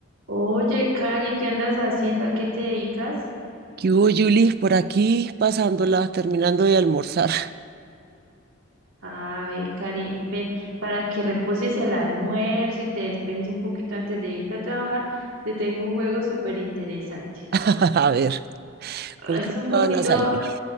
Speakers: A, on the right; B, on the right.
A: Oye, Cari, ¿qué andas haciendo? ¿A qué te dedicas?
B: ¿Qué hubo, Julis? Por aquí pasándola, terminando de almorzar.
A: A ver, Cari, ven, para que reposes el almuerzo y te despejes un poquito antes de irte a trabajar, te tengo un juego súper interesante.
B: <laughs> A ver, ¿con
A: Es
B: qué
A: un
B: me
A: poquito,
B: van a salir?